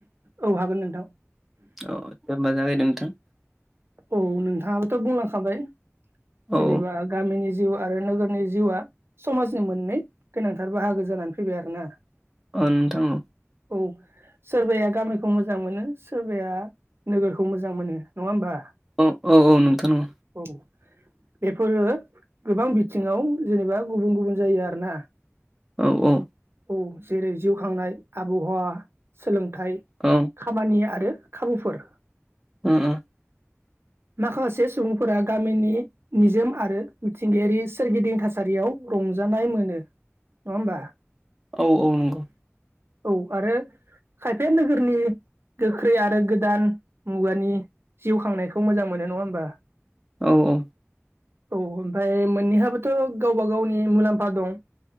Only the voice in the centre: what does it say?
औ दे होमबा जागायदो नोंथां।
औ
अ नोंथां औ
औ औ औ नोंथां नंगौ।
औ औ।
औ
उम उम।
औ औ नंगौ।
औ औ।